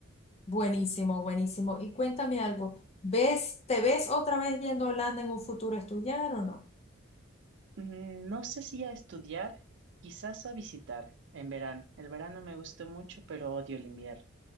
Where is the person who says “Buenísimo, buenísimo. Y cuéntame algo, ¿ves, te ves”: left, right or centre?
Left